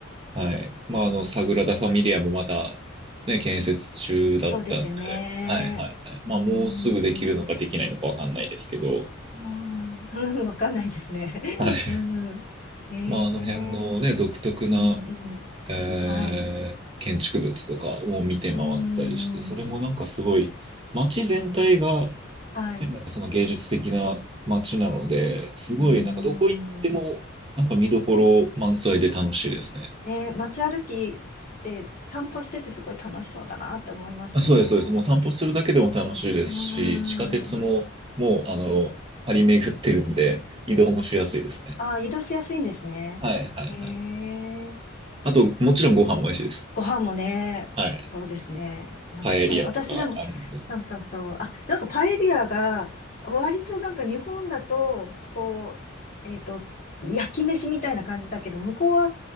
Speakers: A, on the right; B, on the left.
A: はい。まああのサグラダ・ファミリアもまたね、建設中だったんで、
B: そうですよね。
A: はいはいはい。まあもうすぐできるのかできないのかわかんないですけど、
B: うーん。ああ、うん <laughs> わかんないですね。<laughs>
A: はい。
B: うんええ
A: まああの辺のね、独特な
B: うんうん。
A: えー建築物とかを見て回ったりして、
B: はい。うん。
A: それもなんかすごい、街全体が、
B: はい。
A: ね、なんかその芸術的な街なので、すごいなんかどこ行っても、
B: うん。
A: なんか見どころ満載で楽しいですね。
B: ね、街歩きして、散歩しててすごい楽しそうだなって思いますね。
A: あ、そうです、そうです。もう散歩するだけでも楽しいですし、
B: うん。
A: 地下鉄ももう、あの、張り巡ってるんで、移動もしやすいですね。
B: ああ、移動しやすいんですね。
A: はい、はい、
B: ええ
A: はい。あと、もちろんご飯も美味しいです。
B: ご飯もね、
A: はい。
B: そうですね。もう絶対、
A: パエリアとかあるんで。
B: 私でも、そうそうそう。あ、なんかパエリアが、割となんか日本だと、こう、えっと、焼き飯みたいな感じだけど、向こうは